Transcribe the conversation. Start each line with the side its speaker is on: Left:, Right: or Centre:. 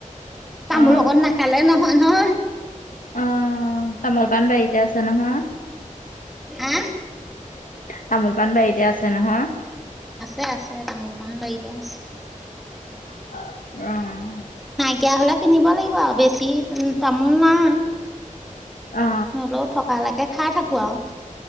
Centre: তামোল
Left: অ
Centre: অকণ নাখালে নহয় নহয়।
Left: আহ তামোল-পাণ বাৰীতে আছে নহয়
Centre: হা
Left: তামোল পাণ বাৰীতে আছে নহয়
Centre: আছে আছে তামোল পান বাৰীতে আছে
Left: আহ
Centre: নাইকিয় হ'লে কিনিব লাগিব আৰু বেছি তামোল নাই
Left: অ
Centre: হলেও থকালৈকে খাই থাকো আৰু